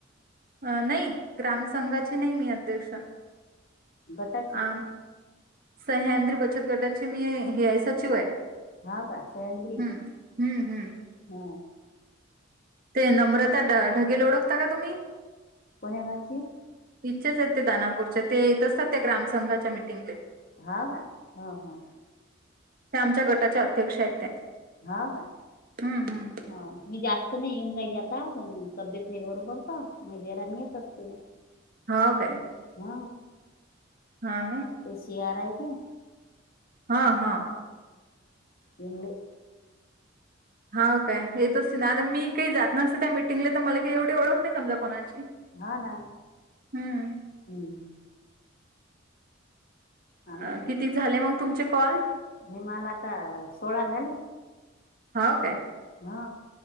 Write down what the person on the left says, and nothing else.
बताच
हा का संदरी
हा
कोणा गाचे
हा हा हा
हा काय
ह मी जास्त नाही येऊन राहि आता तब्येत नाही बरू पडत मा बराणी येत असते
ह
तेशीयार आहे का
ंग
हा ना
हम्म आ विच
हेमाला आता सोळा झाले
हा